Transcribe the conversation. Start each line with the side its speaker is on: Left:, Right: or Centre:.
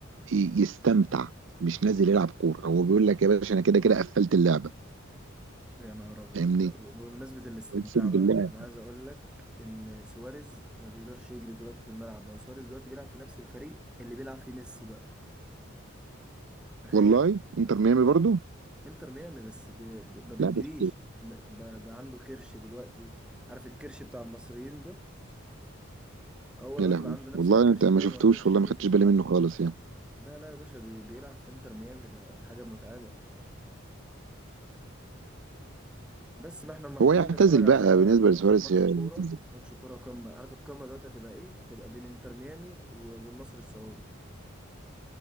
Right: ي- يستمتع مش نازل يلعب كورة هو بيقول لك يا باشا انا كده كده قفلت اللعبة
Centre: يا نهار أبيض
Right: فاهمني
Centre: ب- بمناسبة الاستمتاع
Right: اقسم
Centre: بقى
Right: بالله
Centre: أنا عايز أقول لك إن سواريز ما بيقدرش يجري دلوقتي في الملعب ما هو سواريز دلوقتي بيلعب في نفس الفريق اللي بيلعب فيه ميسي بقى تخيل
Right: والله انتر ميامي
Centre: أه
Right: برضو
Centre: إنتر ميامي بس بي... بي- ما بيجريش
Right: لا بس
Centre: م- ب- بقى عنده كرش دلوقتي عارف الكرش بتاع المصريين ده هو دلوقتي
Right: يا لهوي
Centre: بقى عنده نفس
Right: والله
Centre: الكرش
Right: انت ما
Centre: ده
Right: شفتوش
Centre: وما بيقدرش
Right: والله
Centre: يجري
Right: ما خدتش
Centre: في الملعب
Right: بالي منه خالص يعني
Centre: لا لا يا باشا بي... بيلعب في إنتر ميامي ده حاجة متعبة بس بقى احنا محتاجين
Right: هو يعتزل
Centre: نتفرج على
Right: بقى بالنسبة لسواريز
Centre: ماتش
Right: يعتزل
Centre: كورة ماتش كورة قمة عارف القمة دلوقتي هتبقى ايه؟ هتبقى بين انتر ميامي و- والنصر السعودي